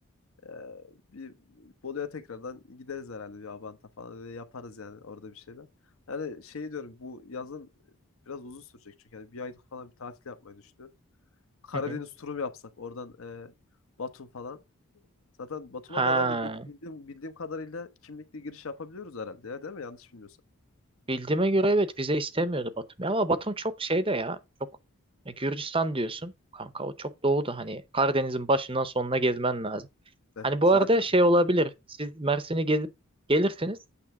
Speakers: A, on the left; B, on the right.
A: e, bir Bolu'ya tekrardan gideriz herhalde bir Abant'a falan öyle yaparız yani orada bir şeyler. Yani şey diyorum bu yazın biraz uzun sürecek çünkü yani bir aylık falan bir tatil yapmayı düşünüyorum. Karadeniz
B: Hı hı.
A: turu mu yapsak oradan e, Batum falan. Zaten Batum'a
B: Ha,
A: da herhalde bil- bildiğim, bildiğim kadarıyla kimlikle giriş yapabiliyoruz herhalde ya değil mi? Yanlış bilmiyorsam.
B: bildiğime göre evet vize istemiyordu Batum. Ama Batum çok şeyde ya. Çok e, Gürcistan diyorsun. Kanka o çok doğuda hani Karadeniz'in başından sonuna gezmen lazım.
A: Evet,
B: Hani
A: zaten
B: bu arada şey olabilir. Siz Mersin'i gezip gelirsiniz.